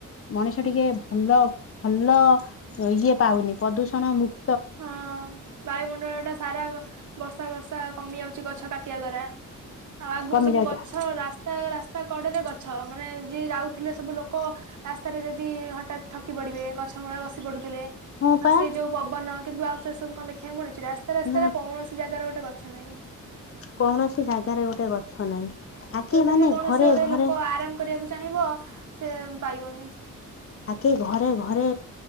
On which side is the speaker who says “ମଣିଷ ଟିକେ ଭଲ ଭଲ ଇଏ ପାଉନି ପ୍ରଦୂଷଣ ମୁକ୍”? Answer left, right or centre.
Left